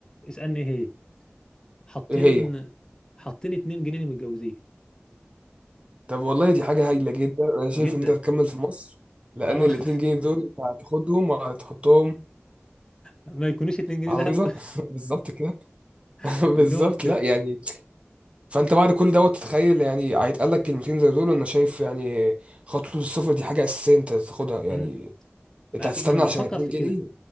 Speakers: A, on the left; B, on the right.
A: اسالني ايه هي حاطين
B: ايه هي
A: حاطين 2 جنيه للمتجوزين
B: طب والله دي حاجه هايله جدا انا شايف
A: جدا
B: ان انت هتكمل في مصر لان
A: اه
B: الاتنين
A: <laughs>
B: جنيه دول انت هتاخدهم وهتحطهم
A: ما يكونوش 2 جنيه
B: على
A: دهب
B: الفيزا <laughs> بالظبط كده
A: <laughs>
B: <laughs>
A: تدوه
B: بالظبط
A: ت...
B: لا يعني فانت بعد كل دوت تتخيل يعني هيتقال لك كلمتين زي دول انا شايف يعني خطوه السفر دي حاجه اساسيه انت تاخدها يعني
A: مم. ما
B: انت هتستنى
A: أكيد- ما انا بفكر
B: عشان 2
A: في
B: جنيه
A: كده